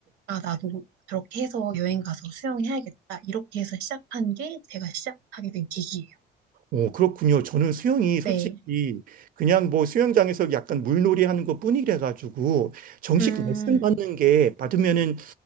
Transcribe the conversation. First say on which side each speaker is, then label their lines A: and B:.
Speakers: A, on the right; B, on the right.
A: 아, 나도 저렇게 해서 여행 가서 수영해야겠다. 이렇게 해서 시작한 게 제가 시작하게 된 계기예요.
B: 오, 그렇군요. 저는 수영이 솔직히
A: 네.
B: 그냥 뭐 수영장에서 약간 물놀이 하는 것뿐이라 가지고 정식
A: 음,
B: 레슨 받는 게 받으면은